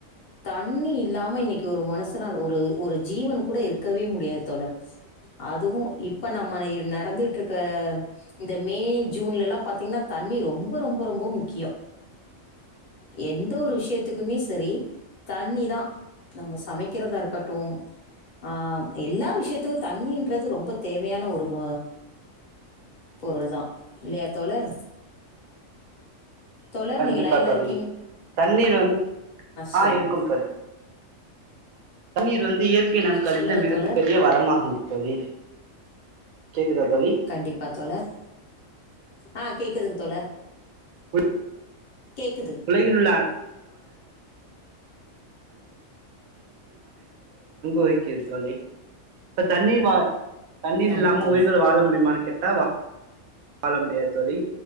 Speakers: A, on the left; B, on the right.
A: தண்ணி இல்லாமல் இன்னிக்கி ஒரு மனுஷனால கூட ஒரு ஒரு ஜீவன் கூட இருக் க்கவே முடியாது தோழர் அதுவு இப்ப நம்ம நடந்துட்டு இருக் க இந்த மே ஜூன்லா பாத்தீங்கன்னா தண்ணி ரொம்ப ரொம்ப ரொம்ப முக்கியோ எந்த ஒரு விஷயத்துக்குமே செரி தண்ணி தா நம்ம சமைக்கிறதா இருக்கட்டு ஆ எல்லா விஷயத்துக்கு தண்ணின்றது ரொம்ப தேவையான ஒரு வ பொருள் தா இல்லயா தோழர் தோழர்
B: கண்டிப்பா
A: நீங்க லைன்ல
B: தோழி
A: இருக்
B: தண்ணீர் வந்து
A: சொல்லுங்க
B: ஆ இருக்கோம் தோழி தண்ணீர் வந்து இயற்கை நமக்கு. அழித்த
A: சொல்லுங்க
B: மிகப்ப
A: தோழர்
B: பெரிய வரமாகும் தோழி கேக்குதா தோழி
A: கண்டிப்பா தோழர் ஆ கேட்குதுங்க தோழர்
B: <unintelligible> <unintelligible>
A: கேட்குது
B: பங்கு
A: ரொம்ப
B: வகிக்கிது
A: முக்கியம்
B: தோழி இப்ப தண்ணீர் தண்ணீர்
A: ஆமாம்
B: இல்லாம
A: தோழர்
B: உயிர்கள் வாழ முடியுமானு கேட்ட ட்டா வாழ முடியாத தோழி